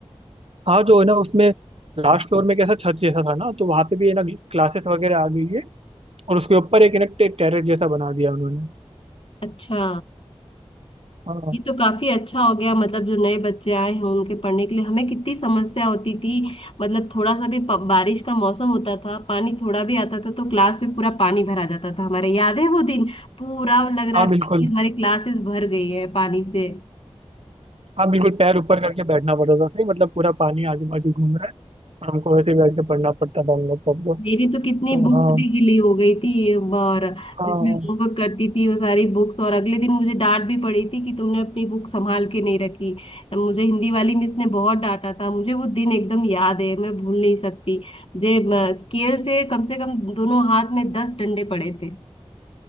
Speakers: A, on the right; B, on the left.
A: हाँ जो है ना उसमें लास्ट फ्लोर में कैसा छत जैसा था ना तो वहाँ पे भी है ना क्लासेस वगैरह आ गई है और उसके ऊपर एक है ना टेरेस जैसा बना दिया उन्होंने
B: अच्छा
A: हाँ
B: ये तो काफी अच्छा हो गया मतलब जो नए बच्चे आए हैं उनके पढ़ने के लिए हमें कितनी समस्या होती थी मतलब थोड़ा सा भी प- बारिश का मौसम होता था पानी थोड़ा भी आता था तो क्लास में पूरा पानी भरा जाता था हमारे याद है वो दिन पूरा लग
A: हाँ
B: रहा था
A: बिल्कुल
B: कि हमारी क्लासेस भर गई है पानी से
A: हाँ बिल्कुल पैर ऊपर करके बैठना पड़ता था फिर मतलब पूरा पानी आजू बाजू घूम रहा है और हमको वैसे ही बैठ के पढ़ना पड़ता था हम लोग सबको तो
B: मेरी तो कितनी
A: तो
B: बुक्स
A: हाँ
B: भी गिली हो गई थी ये और
A: हाँ
B: जिसमें होमवर्क करती थी वो सारी बुक्स और अगले दिन मुझे डांट भी पड़ी थी कि तुमने अपनी बुक संभाल के नहीं रखी मुझे हिंदी वाली मिस ने बहुत डांटा था मुझे वो दिन एकदम याद है मैं भूल नहीं सकती मुझे स्केल से कम से कम दोनों हाथ में दस डंडे पड़े थे